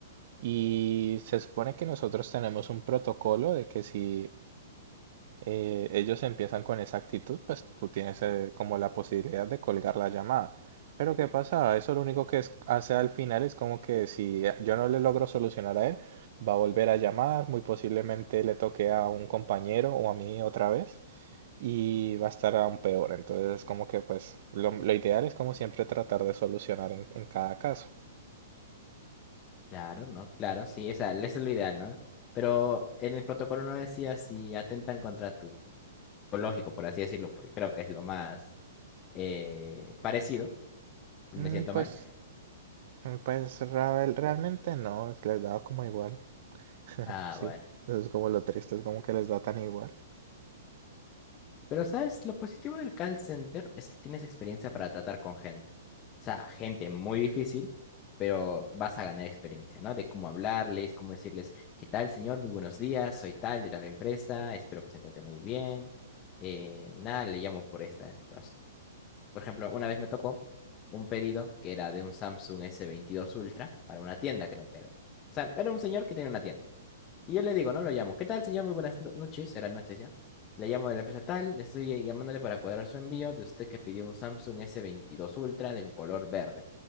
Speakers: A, on the right; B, on the left.
A: Y se supone que nosotros tenemos un protocolo de que si eh, ellos empiezan con esa actitud, pues tú tienes eh, como la posibilidad de colgar la llamada. Pero ¿qué pasa? Eso lo único que es- hace al final es como que si yo no le logro solucionar a él, va a volver a llamar, muy posiblemente le toque a un compañero o a mí otra vez y va a estar aún peor. Entonces, es como que pues lo, lo ideal es como siempre tratar de solucionar en, en cada caso.
B: Claro, ¿no? Claro, sí, o sea, eso es lo ideal, ¿no? Pero en el protocolo no decía si atentan contra tu lógico, por así decirlo, porque creo que es lo más eh, parecido. Me
A: Mm,
B: siento
A: pues,
B: mal.
A: pues real- realmente no, les da como igual. <laughs>
B: Ah,
A: Sí,
B: bueno.
A: eso es como lo triste, es como que les da tan igual. <laughs>
B: Pero, ¿sabes? Lo positivo del call center es que tienes experiencia para tratar con gente. O sea, gente muy difícil, pero vas a ganar experiencia, ¿no? De cómo hablarles, cómo decirles, ¿qué tal, señor? Muy buenos días, soy tal, de tal empresa, espero que se encuentre muy bien. Eh, nada, le llamo por esta situación. Por ejemplo, una vez me tocó un pedido que era de un Samsung S22 Ultra para una tienda, creo que era. O sea, era un señor que tenía una tienda. Y yo le digo, no lo llamo. ¿Qué tal, señor? Muy buenas no- noches. Eran noches ya. Le llamo de la empresa tal. le Estoy llamándole para cuadrar su envío de usted que pidió un Samsung s veintidós Ultra del color verde.